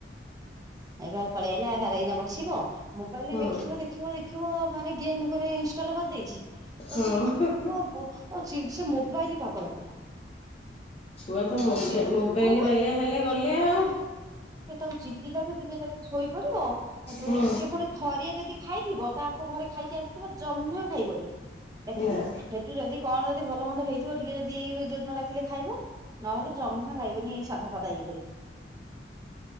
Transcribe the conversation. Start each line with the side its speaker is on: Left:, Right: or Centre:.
Right: ଏବେ ଆଉ ପଳେଇ ଆଇଲା, ତାର ଏଇନା ବସିବ। ମୋବାଇଲରେ
Left: ହୁଁ
Right: ଦେଖିବ, ଦେଖିବ, ଦେଖ ଦେଖିବ। ମାନେ ଗେମ୍ ଗୁରେ ଇନଷ୍ଟଲ କରିଦେଇଚ।
Left: ହଁ।
Right: ବସିକି ଦେଖିବ, ଦେଖିବ <unintelligible> ମୋବାଇଲ ପାଗଳ ପୁରା।
Left: ଛୁଆ ତ ମ
Right: ତାକୁ ଚିଡି
Left: ମୋବାଇଲ
Right: ହଁ ବା
Left: ବାଇଆ ହେଲେ ଗଲେ ଆଉ।
Right: ତାକୁ ଚିଡିଲା ଠୁ ଟିକେ ଯଦି ଶୋଇପଡିବ। କିନ୍ତୁ
Left: ହୁଁ
Right: ସେ ପୁଣି ଥରିଏ ଯଦି ଖାଇଥିବ ତାଙ୍କ ଘରେ ଖାଇକି ଆସିଥିବ ଜମା ଖାଇବନି। ଡାକିଲି
Left: ନା।
Right: ହେଠୁ ଯଦି କଣ ଯଦି ଭଲ ମନ୍ଦ ହେଇଥିବ ଟିକେ ଯଦି ଯୋଦିନ ଡାକିଲେ ଖାଇବ। ନହେଲେ ଜମା ଖାଇବନି ଏଇ ସାଧା ଫାଦା ଇଏ କରିକି।